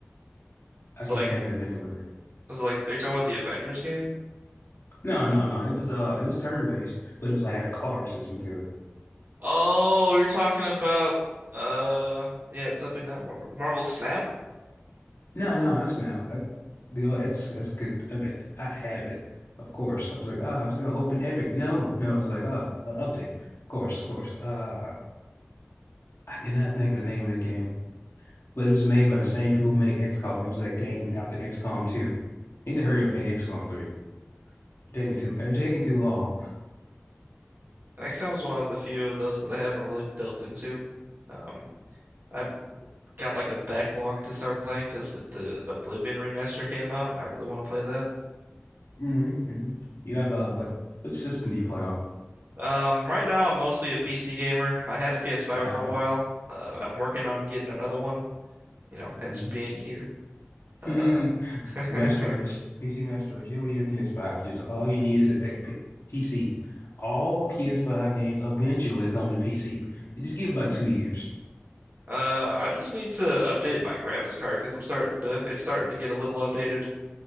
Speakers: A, on the left; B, on the right.
A: I
B: it's
A: can't
B: like
A: think of the name of it.
B: was it like are you talking about the Avengers game?
A: No, no, no. It was uh, it was turn based, but it was like had a card system to it.
B: Oh, you're talking about uh yeah, it's definitely not Marvel, Marvel Snap.
A: No, no, that's not. I, you know, that's that's good. I mean, I have it, of course. I was like, ah, I was gonna open Epic. No, no. It's like ah, uh, update. Of course, of course. Uh, I cannot think of the name of that game. But it was made by the same people who made XCOM. It was that game after XCOM 2. Need to hurry up and make XCOM 3. You're taking too you're taking too long.
B: Excel is one of the few of those that I haven't really delved into. Um, I've got like a backlog to start playing because like the Oblivion remaster came out, and I really want to play that.
A: Mm-hmm, mm-hmm. You have uh what what system do you play on?
B: Um, right now I'm mostly a PC gamer. I had a PS5
A: Uh
B: for a while. Uh, I'm working on getting another one. You know, hence
A: mhm.
B: being here.
A: <laughs>
B: Uh, <laughs>
A: Master
B: uh,
A: Race. PC Master Race. You don't need a PS5. Just all you need is a P- PC. All PS5 games eventually come to PC. You just give it about two years.
B: I just need to update my graphics card because I'm starting to it's starting to get a little outdated.